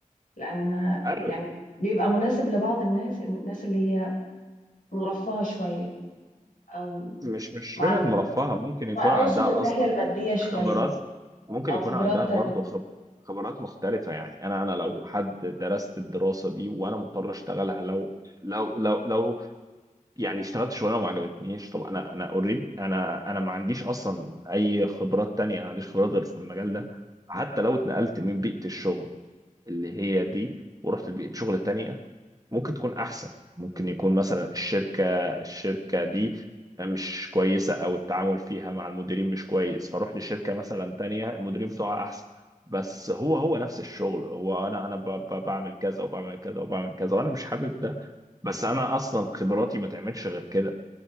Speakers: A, on the left; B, on the right.
A: لأن
B: أيوة
A: يعني بيبقى مناسب لبعض الناس الناس اللي هي مرفهة شوية أو
B: مش مش
A: مع
B: فكرة مرفهة ممكن يكون
A: واقصد
B: عندها
A: الناحية
B: أصلا
A: المادية شوية
B: خبرات ممكن
A: او
B: يكون
A: خبرات
B: عندها برضو
A: تانية
B: خب- خبرات مختلفة يعني أنا أنا لو حد درست الدراسة دي وأنا مضطر أشتغلها لو لو لو لو يعني اشتغلت شغلانة وما عجبتنيش طب أنا أنا أوريد أنا أنا ما عنديش أصلا أي خبرات تانية أنا ما عنديش خبرات غير في المجال ده حتى لو اتنقلت من بيئة الشغل اللي هي دي ورحت لبيئة شغل تانية ممكن تكون احسن ممكن يكون مثلا الشركه الشركه دي مش كويسه او التعامل فيها مع المديرين مش كويس فاروح لشركه مثلا تانية المديرين بتوعها احسن بس هو هو نفس الشغل هو انا انا ب- ب- بعمل كذا وبعمل كذا وبعمل كذا وانا مش حابب ده بس انا اصلا خبراتي ما تعملش غير كده